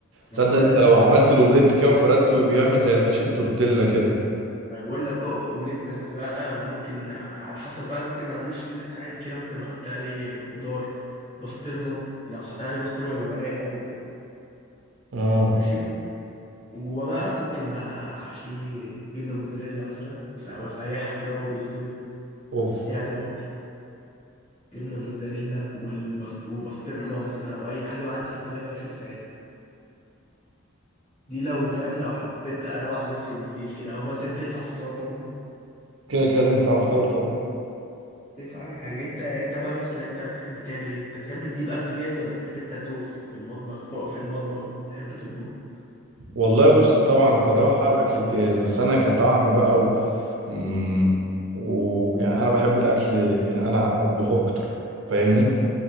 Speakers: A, on the left (about 35°); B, on the right (about 65°).
A: ما
B: تصدق
A: بقول
B: انت
A: لك
B: لو
A: بقى
B: عملت الاومليت كده وفردته بيعمل زي العيش التورتيلا كده
A: انا بقول لك اه اومليت بس بقى ممكن على حسب بقى ممكن ما اعملش الاومليت عادي كده ممكن احط عليه خضار بسطرمه لو حطيت عليه بسطرمه بيبقى رايق قوي بجد
B: اه
A: ماشي وجواه بقى ممكن بقى احشيه جبنه موتزاريلا مثلا وأس- واسيحها كده وهو بيستوي
B: اوف
A: دي هتبقى أوف. جبنه موتزاريلا والبسط وبسطرمه مثلا او اي حاجه بقى عندي في التلاجة اشوف ساعتها دي لو فاهم لو حبيت اروق على نفسي بالليل كده او مثلا تنفع فطار برضو
B: كده كده تنفع فطار طبعا
A: تنفع اي حاجه انت انت بقى مثلا انت بتحب تعمل ايه انت بتحب تجيب اكل جاهز ولا بتحب انت تقف في المطبخ فوق في المطبخ وبتحب تطبخ
B: والله بص طبعا كراحة الاكل الجاهز بس انا كطعم بقى و... مم، و... يعني انا بحب الاكل إن انا اطبخه اكتر فاهمني